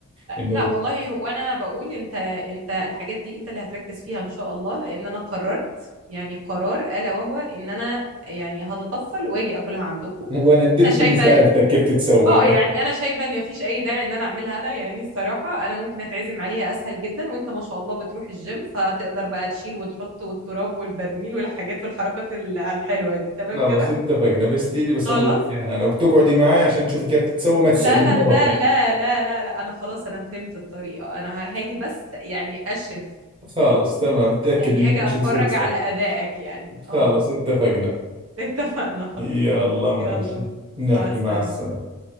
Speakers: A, on the right; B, on the right.
A: انه
B: لا والله هو انا بقول انت انت الحاجات دي انت اللي هتركز فيها ان شاء الله لان انا قررت يعني قرار الا وهو ان انا يعني هتطفل واجي اكلها عندكم
A: <laughs> وانا ندمت
B: انا شايفه
A: اني سألتك كيف تتسوق
B: اه يعني انا شايفه ان مفيش اي داعي ان انا اعملها انا يعني الصراحه انا ممكن اتعزم عليها اسهل جدا وانت ما شاء الله بتروح الجيم فتقدر بقى تشيل وتحط والتراب والبرميل والحاجات والحركات ال- الحلوه دي تمام
A: خلص
B: كده
A: اتفقنا بس تيجي بسوي
B: خلاص
A: لك اياها انا وبتقعدي معي عشان تشوفي كيف تتسوى ما تسأليني
B: لا لا
A: مرة
B: لا
A: ثانية
B: لا لا لا لا انا خلاص انا فهمت الطريقه انا ه- هاجي بس يعني اشرف
A: خلص تمام تأكدي
B: يعني
A: انه
B: هاجي
A: كل
B: اتفرج
A: شيء بسوي صح
B: على ادائك يعني اه
A: خلص اتفقنا
B: اتفقنا خلاص
A: يلا
B: يلا
A: ماشي نحكي
B: مع السلامه
A: مع السلامة